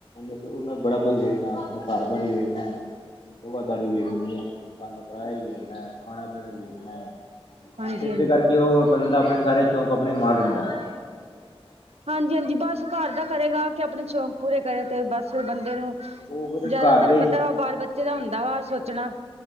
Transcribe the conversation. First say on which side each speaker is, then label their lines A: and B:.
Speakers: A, on the left; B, on the right.
A: ਫ। ਉਹਨੇ। ਬੜਾ। ਕੁਛ। ਦੇ। ਆਪਣਾ। ਘਰ। ਬਣੀ। ਦੇਨਾ। ਧ। ਦਾਰੂ। ਵੀ। ਵੇਖਣੀ। ਹੈ। ਕੰਨ। ਕਰਾਹਆ। ਵੀ। ਵੇਖਣਾ। ਖਾਣਾ। ਪੀਣਾ। ਵੀ। ਵੇਖਣਾ।
B: ਹਾਂਜੀ
A: ਇਸਦੇ।
B: ਹਾਂਜੀ
A: ਕਰਕੇ। ਉਹ। ਬੰਦਾ। ਆਪਣੇ। ਸਾਰੇ। ਸ਼ੌਕ। ਆਪਣੇ। ਮਾਰ। ਦਿੰਦਾ।
B: ਹਾਂਜੀ-ਹਾਂਜੀ। ਬਸ ਘਰ ਦਾ ਕਰੇਗਾ ਕਿ ਆਪਣੇ ਸ਼ੌਂਕ ਪੂਰੇ ਕਰੇ ਤੇ ਬਸ। ਬੰਦੇ ਨੂੰ
A: ਉਹ ਫਿਰ
B: ਜਿਆਦਾ
A: ਘਰ
B: ਤੁਹਾਨੂੰ
A: ਦੇ
B: ਪਤਾ ਵਾ ਬਾਲ ਬੱਚੇ ਦਾ ਹੁੰਦਾ ਵਾ ਸੋਚਣਾ।